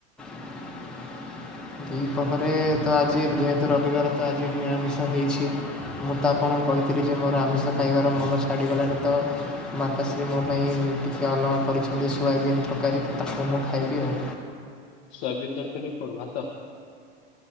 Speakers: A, in the centre; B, on the left.
A: <unintelligible> ଦିପହରେ ତ ଆଜି ଯେହେତୁ ରବିବାର ତ ଆଜି ନିରାମିଷ ହେଇଛି ମୁଁ ତ ଆପଣଙ୍କୁ କହିଥିଲି ଯେ ମୋର ଆମିଷ ଖାଇବାର ମନ ଛାଡ଼ିଗଲାଣି ତ ମାତାଶ୍ରୀ ମୋ ପାଇଁ ଟିକିଏ ଅଲଗା କରିଛନ୍ତି ସୋୟାବିନ୍ ତରକାରୀ ତାକୁ ମୁଁ ଖାଇବି ଆଉ।
B: ସୋୟବିନ ତରକାରୀକୁ କଣ ଭାତ?